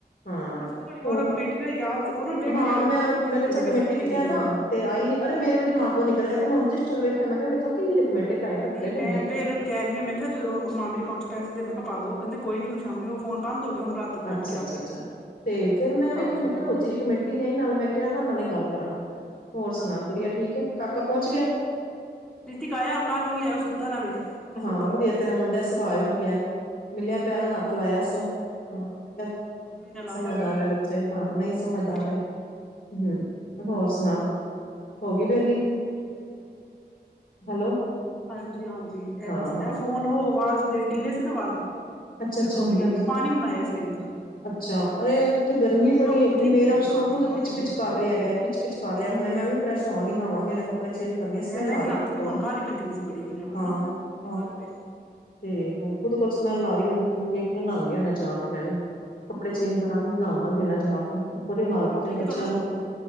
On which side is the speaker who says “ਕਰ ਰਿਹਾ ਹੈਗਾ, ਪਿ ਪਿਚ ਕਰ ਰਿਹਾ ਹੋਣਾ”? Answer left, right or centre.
Left